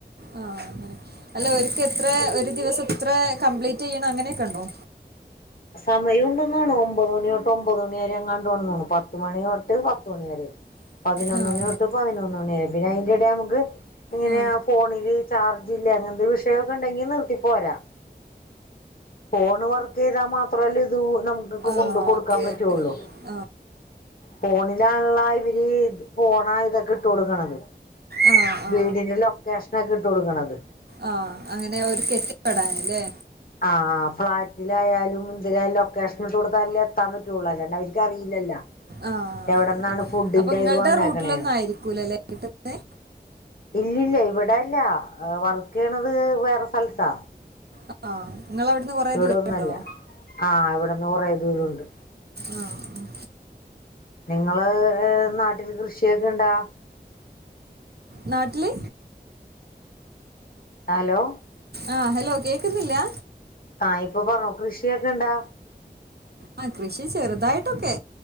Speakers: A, on the right; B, on the left.
A: ആ അങ്ങനെ അല്ല ഓല്ക്ക് എത്ര ഒരു ദിവസം ഇത്ര കംപ്ലീറ്റ് ചെയ്യണം അങ്ങനെയൊക്കെ ഉണ്ടോ
B: സമയം ഉണ്ടന്നാണ് ഒമ്പത് മണി തൊട്ട് ഒമ്പത് മണി വരെ എങ്ങാണ്ട് ഉണ്ട് പത്ത മണി തൊട്ട് പത്തുമണി വരെ പതി പതിനൊന്ന്
A: ആ ആ
B: മണി തൊട്ട് പതിനൊന്ന് മണി വരെ പിന്നെ അതിന്റിടെ നമക്ക് ഇങ്ങനെ
A: ആ
B: ഫോണിൽ ചാർജില്ല അങ്ങനത്തെ വിഷയൊക്കെ ഉണ്ടെങ്കിൽ നിർത്തി പോരാ ഫോണ് വർക്ക് ചെയ്ത മാത്രവല്ലെ ഇത് നമുക്ക്
A: ആ
B: കൊണ്ട് കൊടുക്കാൻ
A: അതെ
B: പറ്റുള്ളു
A: അതെ ആ
B: ഫോണിലാണല്ല ഇവര് പോണ ഇതൊക്കെ ഇട്ട് കൊടുക്കണത്
A: ആ ആ
B: വീടിന്റെ ലൊക്കേഷനൊക്കെ ഇട്ട് കൊടുക്കണത്
A: ആ അങ്ങനെ ഒരു കെട്ടി പെടാനല്ലേ
B: ആഹ് ഫ്ളാറ്റിലായാലും എന്തിലായാലും ലൊക്കേഷൻ ഇട്ട് കൊടുത്തലല്ലെ എത്താൻ പറ്റുള്ളൂ അല്ലാണ്ട് അവർക്കറിയില്ലല്ലോ
A: ആ
B: എവിടന്നാണ്
A: അതെ അതെ
B: ഫുഡിന്റെ
A: അപ്പൊ നിങ്ങളുടെ
B: ഇത് വന്നേക്കണേന്ന്
A: റൂട്ടിലൊന്നും ആയിരിക്കൂലല്ലേ കിട്ടുന്നത്
B: ഇല്ലല്ല ഇവിടെല്ല വർക്ക് ചെയ്യണത് വേറെ സ്ഥലത്താ
A: ആ നിങ്ങൾ അവിടുന്ന് കുറേ
B: ഇവിടെന്നല്ല
A: ദൂരമുണ്ടോ
B: ആഹ് ഇവിടെന്ന് കൊറെേ ദൂരംുണ്ട്
A: ആ ഉം.
B: നിങ്ങള് നാട്ടില് കൃഷിയൊക്കെ ഇണ്ടാ
A: നാട്ടില്
B: ഹലോ
A: ആഹ് ഹലോ കേക്കുന്നില്ലാ
B: ആഹ ഇപ്പൊ പറഞ്ഞോ കൃഷിയൊക്കെ ഇണ്ടോ
A: ആ കൃഷി ചെറുതായിട്ടൊക്കെ